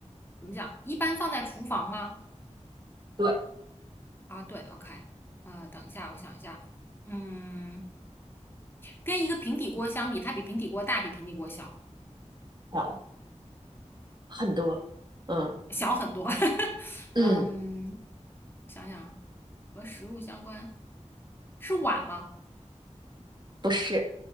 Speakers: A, on the left; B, on the right.
A: 怎么讲，一般放在厨房吗？
B: 对，
A: 啊，对，OK，呃，等一下，我想一下，嗯，跟一个平底锅相比，它比平底锅大，比平底锅小。
B: 好，很多，嗯
A: 小很多。<laughs>
B: 嗯，
A: 嗯，想想啊，和食物相关，是碗吗？
B: 不是，